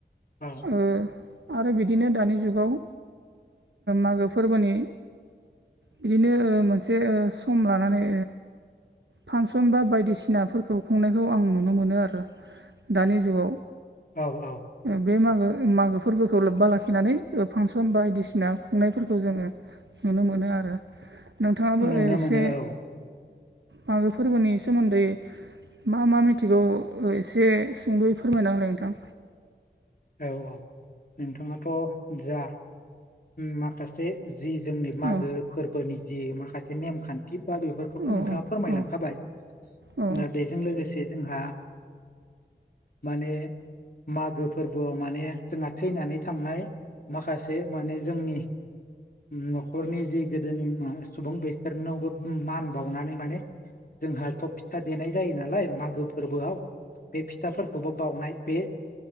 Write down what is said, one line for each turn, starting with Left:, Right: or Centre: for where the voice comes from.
Left: औ
Right: ओ आरो बिदिनो दानि जुगाव मागो फोरबोनि बिदिनो मोनसे सम लानानै फांसन बा बायदिसिनाफोरखौ खुंनायखौ आं नुनो मोनो आरो दानि जुगाव
Left: औ औ
Right: बे मागो मागो फोरबोखौ लोब्बा लाखिनानै फांसन बायदिसिना खुंनायफोरखौ जोङो नुनो मोनो आरो नोंथाङाबो
Left: नुनो
Right: एसे
Left: मोनो औ
Right: मागो फोरबोनि सोमोन्दै मा मा मिथिगौ एसे सुंद'यै फोरमायना होलाय नोंथां
Left: औ औ नोंथाङाथ' जा माखासे जि जोंनि मागो
Right: औ
Left: फोरबोनि जि माखासे नेमखान्थि बा बेफोर खौथ'
Right: औ
Left: नोंथाङा फोरमायलांखाबाय
Right: औ औ
Left: दा बेजों लोगोसे जोंहा माने मागो फोरबोआव माने जोंहा थैनानै थांनाय माखासे माने जोंनि <inaudible> न'खरनि जि गोदोनि सुबुं बेसोरमोननावबो मान बावनानै माने जोंहाथ' फिथा देनाय जायो नालाय मागो फोरबोआव बे फिथाफोरखौबो बाउनाय बे